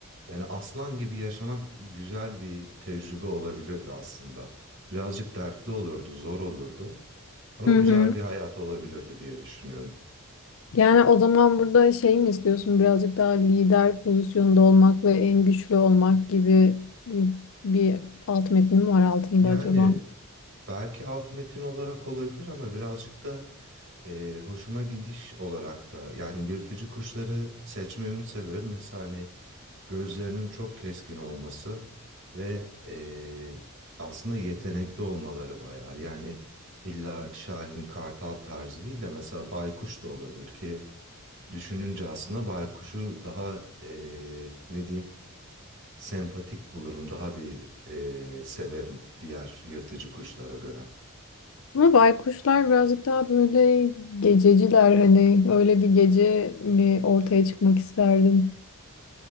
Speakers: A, on the right; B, on the left.
A: Yani aslan gibi yaşamak güzel bir tecrübe olabilirdi aslında. Birazcık dertli olurdu, zor olurdu. Ama
B: Hı
A: güzel
B: hı.
A: bir hayat olabilirdi diye düşünüyorum.
B: Yani o zaman burada şey mi istiyorsun? Birazcık daha lider pozisyonda olmak ve en güçlü olmak gibi bir alt metni mi var altında
A: Yani
B: acaba?
A: belki alt metin olarak olabilir ama birazcık da eee, hoşuma gidiş olarak da yani yırtıcı kuşları seçmemin sebebi mesela hani gözlerinin çok keskin olması ve eee, aslında yetenekli olmaları bayağı. Yani illa Şahin Kartal tarzı değil de mesela Baykuş da olabilir ki düşününce aslında Baykuş'u daha eee, ne diyeyim sempatik bulurum, daha bir eee, severim diğer yırtıcı kuşlara göre.
B: Ama baykuşlar birazcık daha böyle gececiler hani öyle bir gece mi ortaya çıkmak isterdin?